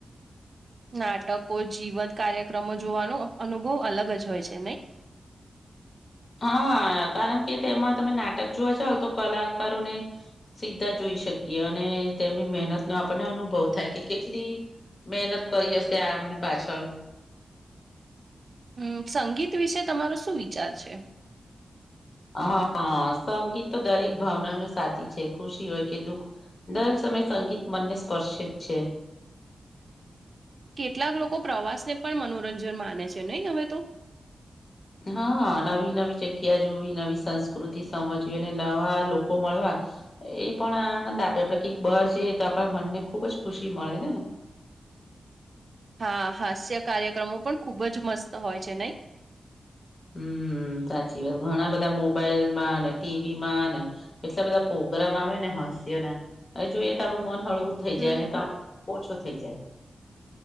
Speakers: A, on the right; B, on the left.
A: નાટકો જીવન કાર્યક્રમો જોવાનો અનુભવ અલગ જ હોય છે નહી.
B: હા કારણ કે તેમાં તમે નાટક જોવા જાવઓ તો કલાકારોને સીધા જોઈ શકીએ અને તેમની મહેનતનો આપણને અનુભવ થાય કે કેટલી મહેનત કરી હશે આમની પાછળ.
A: હમ સંગીત વિશે તમારો શું વિચાર છે.
B: હા હ સંગીત તો દરેક ભાવના ન સાથી છે ખુશી હોય કે દુઃખ. દરેક સમયે સંગીત મને સ્પર્શ જ છે.
A: કેટલાક લોકો પ્રવાસને પણ મનોરંજન માને છે નહી હવે તો.
B: હા નવી નવી જગ્યા જોવી નવી સંસ્કૃતિ સમજવી અને નવા લોકો મળવા એ પણ આંદ આપે આપડે કઈક બહાર જએ તો આપણા મનને ખુબ જ ખુશી મળે ને.
A: હા હાસ્ય કાર્યક્રમો પણ ખુબ જ મસ્ત હોય છે નહી.
B: હમ સાચી વાત ઘણા બધા મોબાઈલ માં ને ટીવી માં ને એટલા બધા પ્રગ્રામ આવે ને હાસ્યના જોઈએ તો આપડું મન હળવું થઈ
A: હમ
B: જાય અને તણ ઓછો થઈ જાય.